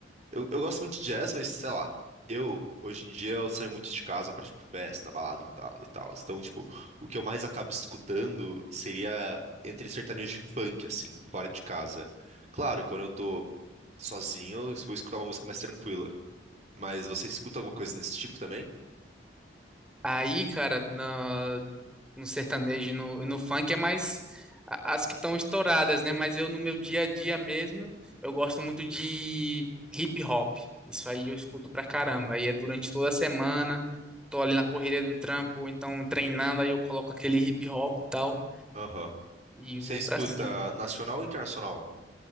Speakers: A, on the right; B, in the centre.
A: eu, eu gosto muito de jazz, mas sei lá, eu hoje em dia eu saio muito de casa pra tipo festa, balada e tal e tal. Então, tipo, o que eu mais acabo escutando seria entre sertanejo e funk, assim, fora de casa. Claro, e quando eu tô sozinho, eu vou escutar uma música mais tranquila. Mas você escuta alguma coisa nesse tipo também?
B: Aí, cara, na- no sertanejo e no, e no funk é mais a- as que estão estouradas, né? Mas eu, no meu dia a dia mesmo, eu gosto muito de hip hop. Isso aí eu escuto pra caramba. Aí é durante toda a semana, tô ali na correria do trampo, ou então treinando, aí eu coloco aquele hip hop e tal.
A: Aham.
B: E
A: Você
B: vou
A: escuta
B: pra cima.
A: nacional ou internacional?